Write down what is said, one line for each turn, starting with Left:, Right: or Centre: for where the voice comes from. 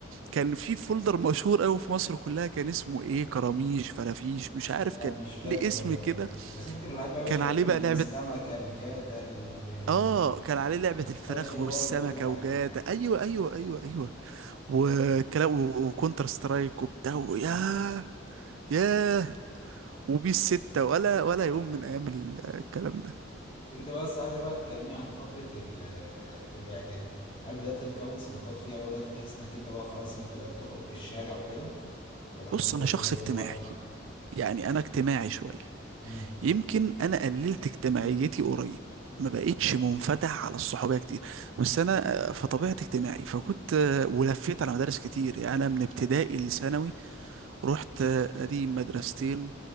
Right: كان في فولدر مشهور قوي في مصر كلها كان اسمه ايه كراميش فرافيش مش عارف
Left: انا
Right: كان
Left: مش فاكر
Right: ليه اسم
Left: والله
Right: كده
Left: بس انا فاكر الالعاب بقى يا باشا
Right: كان عليه
Left: ايه
Right: بقى
Left: من
Right: لعبة
Left: السمكه الجاتا الاي
Right: اه كان عليه لعبة الفراخ
Left: جي اي
Right: والسمكة
Left: لكل حاجه
Right: وجاتا ايوه ايوه ايوه ايوه وكلا و- وكونتر سترايك وبتاع و- ياه ياه وبيس ستة ولا ولا يوم من ايام ال- الكلام ده
Left: انت بس عايزك بقى تكلمني عن فتره ال- آه، الاعدادي هل بدات تتكون صداقات فيها وبدات تحس انك انت بقى خلاص انت بدات تخرج للشارع وكده ولا كنت
Right: بص
Left: لسه
Right: انا شخص
Left: برضه
Right: اجتماعي
Left: منغلق
Right: يعني انا اجتماعي شوية
Left: امم
Right: يمكن انا قللت اجتماعيتي قريب ما بقتش منفتح على الصحوبية كتير بس انا آه، فطبيعتي اجتماعي فكنت آه، ولفيت على مدارس كتير يعني انا من ابتدائي لثانوي رحت ادي مدرستين